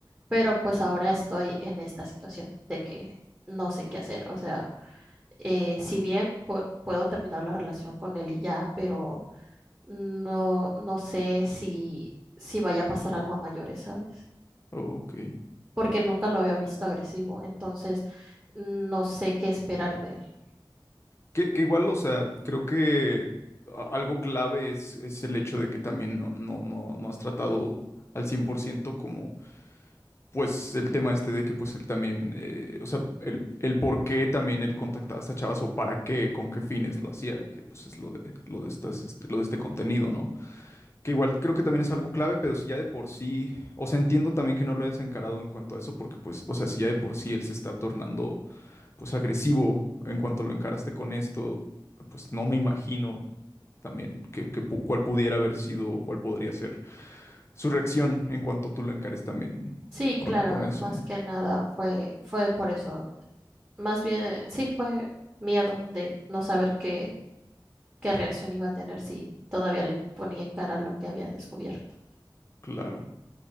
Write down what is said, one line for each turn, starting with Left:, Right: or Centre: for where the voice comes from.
Right: pero pues ahora estoy en esta situación de que no sé qué hacer, o sea, eh, si bien pu- puedo terminar la relación con él y ya, pero no, no sé si, si vaya a pasar algo a mayores, ¿sabes?
Left: Ok.
Right: porque nunca lo había visto agresivo, entonces no sé qué esperar de él.
Left: Que, que igual, o sea, creo que a- algo clave es, es el hecho de que también no, no, no, no has tratado al 100% como, pues, el tema este de que, pues, él también, eh, o sea, el, el por qué también él contactaba a estas chavas o para qué, con qué fines lo hacía, que, pues, es lo de, lo de estas, este, lo de este contenido, ¿no? Que igual creo que también es algo clave, pero si ya de por sí, o sea, entiendo también que no lo hayas encarado en cuanto a eso, porque, pues, o sea, si ya de por sí él se está tornando pues agresivo en cuanto lo encaraste con esto, pues no me imagino también que, que pu- cuál pudiera haber sido o cuál podría ser su reacción en cuanto tú lo encares también
Right: Sí,
Left: con,
Right: claro,
Left: con eso,
Right: más
Left: ¿no?
Right: que nada fue, fue por eso. Más bien, sí, fue miedo de no saber qué, qué reacción iba a tener si todavía le ponía en cara lo que había descubierto.
Left: Claro.